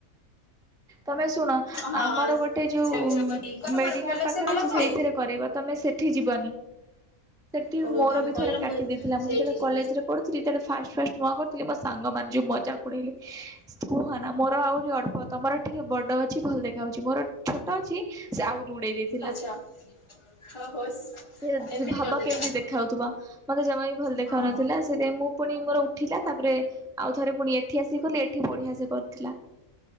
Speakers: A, in the centre; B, on the left.
A: ତମେ ଶୁଣ
B: ହଁ
A: ଆମର ଗୋଟେ ଯୋଉ
B: ସେ
A: ମେଡିକାଲ୍
B: ଭଲ
A: ପାଖରେ
B: ସେ ଭଲ
A: ଅଛି
B: କରେ
A: ସେଇଥିରେ କରେଇବ ତମେ ସେ ସେଠି ଯିବନି। ସେଠି
B: ହଉ
A: ମୋର
B: ତମେ
A: ବି
B: କହିଲ
A: ଥରେ କାଟି
B: ମୁଁ
A: ଦେଇଥିଲା
B: ସେଇଠି
A: ମୁଁ ଯେତେବେଳେ କଲେଜରେ
B: ଯିବି
A: ପଢ଼ୁଥିଲି ସେତେବେଳେ ଫାଷ୍ଟ ଫାଷ୍ଟ ନୂଆ କରି ସିଏ ମୋ ସାଙ୍ଗମାନେ ଯୋଉ ମଜାକ୍ ଉଡେଇଲେ କୁହନା ମୋର ଆହୁରି ଅଳ୍ପ ତମର ଟିକେ ବଡ଼ ଅଛି ଭଲ ଦେଖା ଯାଉଛି ମୋର ଛୋଟ ଅଛି ସେ ଆହୁରି ଉଡେଇ ଦେଇଥିଲା।
B: ଆଚ୍ଛା <unintelligible>
A: ସେ
B: ଏମିତି
A: ଭାବ
B: କରିଦେଇଥିଲା
A: କେମିତି ଦେଖା ହଉଥିବ ମତେ ଜମା ବି ଭଲ ଦେଖାଯାଉନଥିଲା।
B: ହଁ
A: ସେଥିପାଇଁ ମୁଁ ପୁଣି ମୋର ଉଠିଲା ତାପରେ ଆଉ ଥରେ ପୁଣି ଏଠି ଆସିକି କଲି ଏଠି ବଢିଆ ସେ କରିଥିଲା।